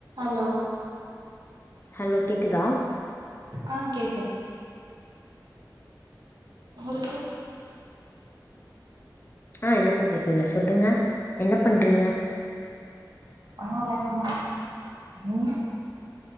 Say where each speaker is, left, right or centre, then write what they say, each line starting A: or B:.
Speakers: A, on the right (about 70°); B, on the left (about 30°).
A: Hello
B: hello கேக்குதா
A: ஆ கேக்குது உங்களுக்கு
B: அ எனக்கு கேக்குது சொல்லுங்க என்ன பண்றீங்க
A: பணல்லா சொன்னங்க ம்